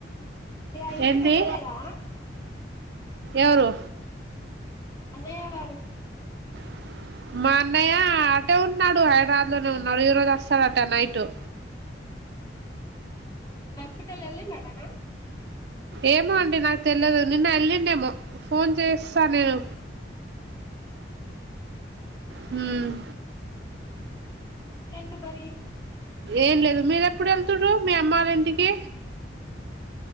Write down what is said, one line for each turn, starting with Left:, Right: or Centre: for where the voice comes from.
Left: ఇగ ఇంటికి
Right: ఎంది
Left: వెళ్ళలేదా
Right: ఎవరు
Left: అన్నయ్య గారు
Right: <inaudible> మా అన్నయ్య అటే ఉన్నాడు హైదరాబాద్ లోనే ఉన్నాడు ఈ రోజు వస్తాడట నైట్ <inaudible>
Left: హాస్పిటల్ల్ వెళ్లిందటనా
Right: ఏమో అండి నాకు తెలియదు నిన్న వెళ్ళండేమో ఫోన్ చేస్తా నేను హుమ్
Left: ఇంకేంటి మరి
Right: ఏం లేదు మీరెప్పుడు వెళ్తుారు మీ అమ్మల ఇంటికి